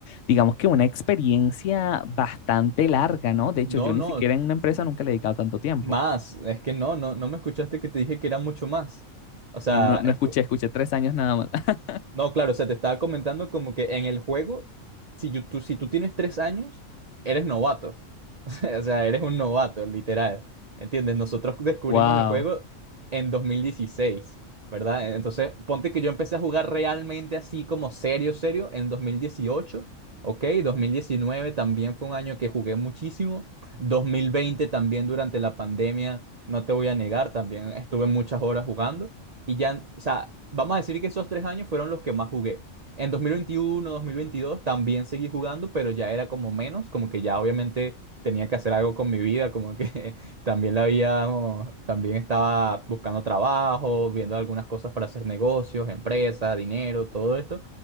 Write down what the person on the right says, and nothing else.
No,
no,
más. Es que no, no, no me escuchaste que te dije que era mucho más. O sea,
es,
No, claro, o sea, te estaba comentando como que en el juego, si yo- tú, si tú tienes tres años, eres novato. <laughs> O sea, eres un novato, literal. ¿Entiendes? Nosotros descubrimos
el juego en 2016, ¿verdad? Entonces, ponte que yo empecé a jugar realmente así como serio, serio, en 2018, ¿ok? 2019 también fue un año que jugué muchísimo. 2020 también durante la pandemia, no te voy a negar, también estuve muchas horas jugando. Y ya, o sea, vamos a decir que esos tres años fueron los que más jugué. En 2021, 2022 también seguí jugando, pero ya era como menos, como que ya obviamente tenía que hacer algo con mi vida, como que <laughs> también la había, o- también estaba buscando trabajo, viendo algunas cosas para hacer negocios, empresa, dinero, todo esto,